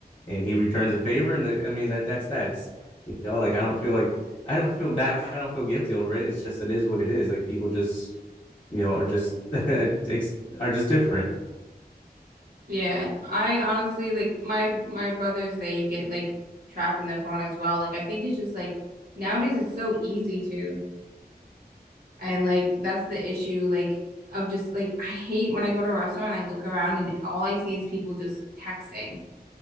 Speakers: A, on the left (about 40°); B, on the right (about 70°).
A: and he returns a favor, and I I mean that that's that's you know like I don't feel like I don't feel bad, I don't feel guilty over it. It's just it is what it is. Like people just you know are just <laughs> are just different.
B: Yeah. I honestly like my my brothers they get like trapped in their phone as well. Like I think it's just like nowadays it's so easy to and like that's the issue like of just like I hate when I go to a restaurant and I look around and all I see is people just texting,